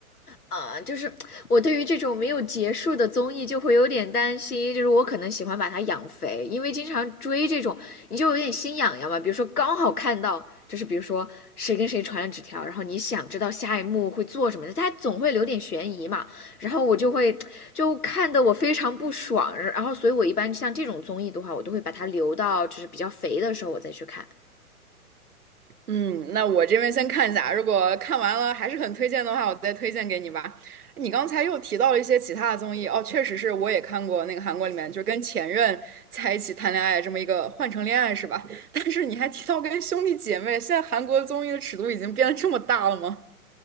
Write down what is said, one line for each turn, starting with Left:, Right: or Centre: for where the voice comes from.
Left: 啊，就是我对于这种没有结束的综艺就会有点担心，就是我可能喜欢把它养肥，因为经常追这种，你就有点心痒痒嘛。比如说刚好看到，就是比如说谁跟谁传了纸条，然后你想知道下一幕会做什么的，它总会留点悬疑嘛。然后我就会就看得我非常不爽，然后所以我一般像这种综艺的话，我都会把它留到就是比较肥的时候我再去看。
Right: 嗯，那我这边先看一下，如果看完了还是很推荐的话，我再推荐给你吧。你刚才又提到了一些其他的综艺，哦，确实是我也看过那个韩国里面，就是跟前任在一起谈恋爱这么一个换乘恋爱是吧？<laughs> 但是你还提到跟兄弟姐妹，现在韩国综艺的尺度已经变得这么大了吗？